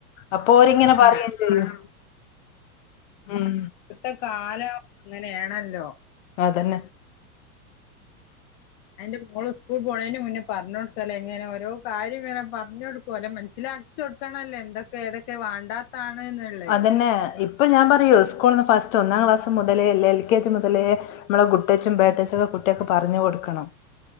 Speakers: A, on the left; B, on the left.
A: അപ്പൊ ഓരിങ്ങനെ പറയയും
B: അത്
A: ചെയ്യും
B: വേണം
A: ഉം
B: ഇപ്പത്ത കാലം ങ്ങനെണല്ലോ
A: അതന്നെ.
B: ഞാൻ എന്റെ മോള് സ്കൂൾ പോണേന്റെ മുന്നേ പറഞ്ഞ് കൊട്ക്കല എങ്ങനെ ഓരോ കാര്യം ഇങ്ങനെ പർഞ്ഞൊട്ക്കും ഓലെ മൻസ്സിലാ <unintelligible> എന്തൊക്കെ ഏതൊക്കെ വാണ്ടാന്ന്. എന്താണ്ന്ന്ള്ളെ.
A: അതന്നെ ഇപ്പൊ ഞാൻ പറയും സ്കൂൾന്ന് ഫസ്റ്റ് ഒന്നാം ക്ലാസ് മുതലേ അല്ലേ എൽ കെ ജി മുതലേ നമ്മളെ ഗുഡ്ടചും ബേടചും കുട്ട്യക്ക് പർഞ്ഞ് കൊട്ക്കണം.